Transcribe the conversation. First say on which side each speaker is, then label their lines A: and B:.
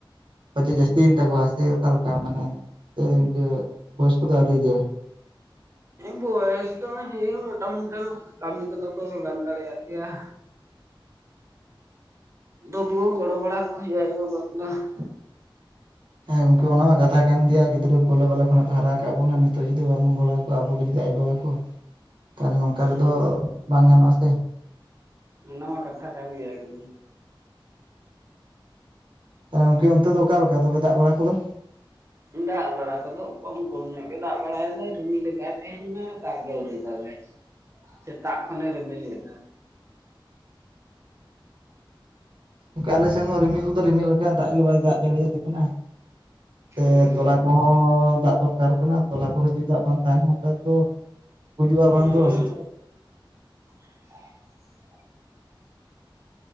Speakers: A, on the right; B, on the right.
A: ᱯᱟᱪᱮ ᱡᱟᱹᱥᱛᱤᱭᱮᱱ ᱛᱟᱠᱚᱣᱟ ᱥᱮ ᱚᱠᱟᱞᱮᱠᱟ ᱢᱟᱱᱮ ᱥᱮ ᱤᱱᱠᱟᱹ ᱵᱚᱭᱚᱥ ᱠᱚ ᱫᱚ <unintelligible>
B: ᱵᱚᱭᱚᱥ ᱫᱚ ᱦᱮᱸ ᱢᱚᱴᱟ-ᱢᱚᱴᱟ ᱠᱟᱹᱢᱤ ᱠᱚᱫᱚ ᱠᱚ ᱜᱟᱱ ᱫᱟᱲᱮᱭᱟᱜ ᱜᱮᱭᱟ᱾ <unintelligible> ᱜᱚᱲᱚ ᱵᱟᱲᱟ ᱠᱚ ᱦᱩᱭᱩᱜᱼᱟ <unintelligible>
A: ᱦᱮᱸ ᱜᱚᱢᱠᱮ ᱚᱱᱟ ᱢᱟ ᱠᱟᱛᱷᱟ ᱠᱟᱱ ᱜᱮᱭᱟ ᱜᱤᱫᱽᱨᱟᱹ ᱠᱳᱞᱮ ᱵᱟᱞᱮ ᱠᱷᱚᱱᱟᱜ ᱠᱚ ᱦᱟᱨᱟ ᱠᱟᱜ ᱵᱚᱱᱟ, ᱱᱤᱛᱚᱜ ᱡᱩᱫᱤ ᱵᱟᱵᱚᱱ ᱜᱚᱲᱚ ᱟᱠᱚᱣᱟ ᱟᱵᱳ ᱵᱷᱤᱛᱨᱤ ᱨᱮ ᱟᱭᱳ-ᱵᱟᱵᱟ ᱠᱚ
B: <inaudible>
A: ᱛᱟᱦᱚᱞᱮ ᱱᱚᱝᱠᱟ
B: ᱦᱮᱸ
A: ᱨᱮᱫᱚ ᱵᱟᱝ ᱜᱟᱱᱚᱜᱼᱟ ᱥᱮ
B: ᱚᱱᱟ ᱢᱟ ᱠᱟᱛᱷᱟ ᱠᱟᱱ ᱜᱮᱭᱟ ᱮᱜᱫᱚᱢ
A: ᱛᱟᱦᱞᱮ ᱚᱱᱛᱮ ᱫᱚ ᱚᱠᱟ ᱞᱮᱠᱟ ᱛᱚᱵᱮ ᱫᱟᱜᱽ ᱵᱟᱲᱟ ᱠᱚᱫᱚ
B: ᱫᱟᱜᱽ ᱵᱟᱲᱟ ᱠᱚᱫᱚ ᱠᱚᱢ ᱠᱚᱢ ᱧᱚᱜ ᱜᱮ ᱫᱟᱜᱽ ᱵᱟᱲᱟᱭᱮᱫᱟᱭ ᱨᱤᱢᱤᱞ ᱠᱟᱜᱼᱟᱭ ᱛᱮᱦᱮᱧ ᱢᱟ ᱛᱟᱜ ᱜᱮ ᱟᱹᱣᱨᱤ ᱫᱟᱜᱟᱭ ᱥᱮᱛᱟᱜ ᱠᱷᱚᱱᱮ ᱨᱤᱢᱤᱞᱮᱫ ᱨᱮᱦᱚ
A: ᱜᱚᱝᱠᱮ ᱟᱞᱮᱥᱮᱫᱱ ᱦᱚᱸ ᱨᱤᱢᱤᱞ ᱫᱚ ᱨᱤᱢᱤᱞ ᱠᱟᱜᱼᱟᱭ ᱫᱟᱜᱽ ᱜᱮ ᱵᱟᱭ ᱫᱟᱜᱽ ᱡᱟᱹᱲᱤ ᱭᱟᱞᱮ ᱠᱟᱱᱟ᱾ ᱛᱮ
B: ᱦᱩᱸ
A: ᱛᱚᱞᱟ ᱠᱚᱦᱚᱸ ᱫᱟᱜᱽ ᱫᱚᱨᱠᱟᱨ ᱠᱟᱱᱟ᱾ ᱛᱚᱞᱟ ᱠᱚᱨᱮ ᱡᱩᱫᱤ ᱫᱟᱜᱽ ᱵᱟᱝ ᱛᱟᱦᱮᱱ ᱚᱱᱠᱟ ᱫᱚ ᱜᱩᱡᱩᱜᱼᱟ
B: ᱦᱮᱸ
A: ᱵᱟᱝ ᱫᱚ ᱥᱮ ᱪᱮᱫ?
B: <unintelligible>